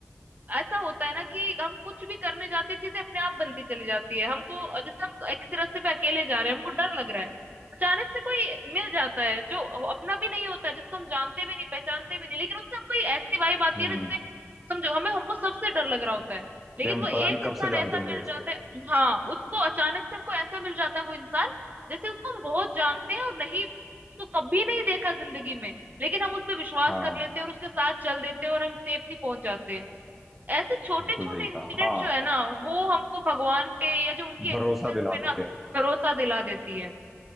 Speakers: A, on the right; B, in the centre.
A: ऐसा होता है ना कि हम कुछ भी करने जाते हैं चीजें अपने आप बनती चली जाती है हमको जैसे हम एक से रास्ते पे अकेले जा रहे हैं हमको डर लग रहा है अचानक से कोई मिल जाता है जो अपना भी नहीं होता है जिसको हम जानते भी नहीं पहचानते भी नहीं लेकिन उससे कोई ऐसी वाइब आती
B: हम्म।
A: है ना जिससे समझो हमें हमको सबसे डर लग रहा होता है लेकिन
B: ये हम
A: वो एक
B: पता नहीं
A: इंसान
B: कब से जानते
A: ऐसा
B: होंगे
A: मिल
B: इससे
A: जाता है हाँ उसको अचानक से हमको ऐसा मिल जाता है वो इंसान जैसे उसको हम बहुत जानते हैं और नहीं उसको कभी नहीं देखा जिंदगी में लेकिन हम उस पर विश्वास
B: हाँ
A: कर लेते हैं और उसके साथ चल देते हैं और हम सेफली पहुंच जाते हैं ऐसे छोटे
B: बिल्कुल
A: छोटे
B: सही
A: इंसिडेंट
B: कहा हाँ
A: जो है ना वो हमको भगवान पे या जो उनके
B: भरोसा
A: एग्जिस्टेंस
B: दिला
A: पे ना
B: देते हैं
A: भरोसा दिला देती है